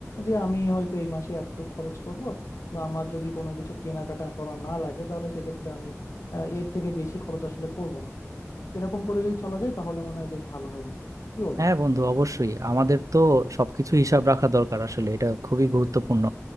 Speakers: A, on the left; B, on the right.
A: যে আমি হয়তো এই মাসে এতটুকু খরচ করব বা আমার যদি কোনো কিছু কেনাকাটা করা না লাগে তাহলে সেক্ষেত্রে আমি আহ, এর থেকে বেশি খরচ আসলে করব না এরকম করে যদি চলা যায় তাহলে মনে হয় বেশ ভালো হয় বন্ধু কি বলো
B: হ্যাঁ বন্ধু অবশ্যই আমাদের তো সবকিছু হিসাব রাখা দরকার আসলে এটা খুবই গুরুত্বপূর্ণ